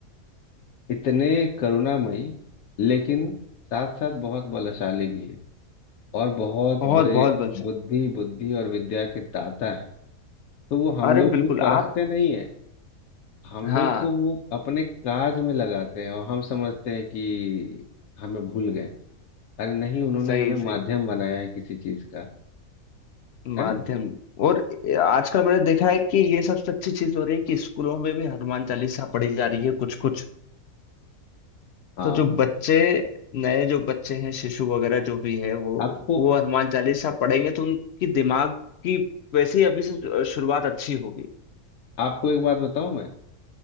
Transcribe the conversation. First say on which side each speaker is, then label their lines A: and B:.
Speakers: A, on the left; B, on the left.
A: इतने करुणामयी लेकिन साथ साथ बहुत बलशाली भी है और बहुत
B: बहुत
A: बड़े
B: बहुत बलशाली
A: बुद्धि बुद्धि और विद्या के दाता है तो वो हम
B: अरे
A: लोग
B: बिल्कुल
A: को परखते
B: आप
A: नहीं है हम लोग
B: हाँ
A: को वो अपने काज में लगाते हैं और हम समझते हैं कि हमें भूल गए अरे नहीं उन्होंने
B: सही
A: हमें माध्यम
B: सही
A: बनाया है किसी चीज का है
B: माध्यम
A: ना
B: और आजकल मैंने देखा है कि ये सबसे अच्छी चीज हो रही है कि स्कूलों में भी हनुमान चालीसा पढ़ी जा रही है कुछ कुछ
A: हाँ
B: तो जो बच्चे नए जो बच्चे हैं शिशु वगैरह जो भी है वो
A: आपको
B: वो हनुमान चालीसा पढ़ेंगे तो उनकी दिमाग की वैसे ही अभी से शुरुआत अच्छी होगी
A: आपको एक बात बताऊं मैं